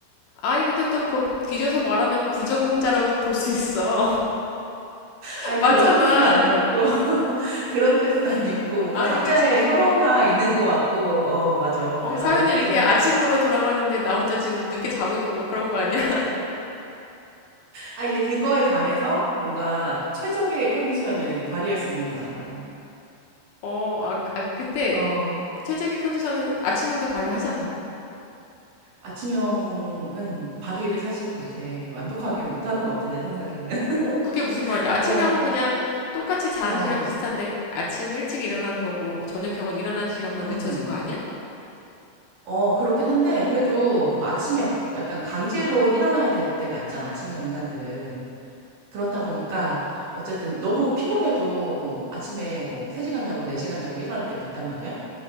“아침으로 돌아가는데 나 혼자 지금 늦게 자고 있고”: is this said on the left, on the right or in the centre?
Left